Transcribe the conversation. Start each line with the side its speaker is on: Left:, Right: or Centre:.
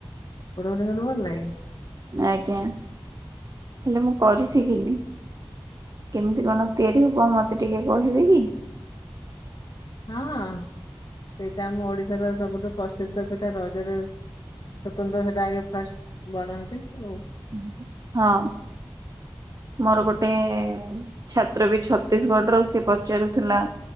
Left: ପୋଡ ପିଠା ସବୁଠୁ ଭଲ ଲାଗେ।
Right: ଆଜ୍ଞା ହେଲେ ମୁଁ କରି ସିକିନି କେମିତି କଣ ତିଆରି ହବ ମତେ ଟିକେ କହିବେକି?
Left: ହଁ ହଁ ସେଇଟା ଆମ ଓଡିଶାର ସବୁଠୁ ପ୍ରସିଦ୍ଧ ପିଠା ରଜରେ ସତନ୍ତ୍ର ସେଟା ଆଗେ ଫାଷ୍ଟ ବନାନ୍ତି ଓ
Right: <inaudible> ହଁ। ମୋର ଗୋଟେ ଛାତ୍ରବି ଛତିଶଗଡର ସେ ପଚାରୁଥିଲା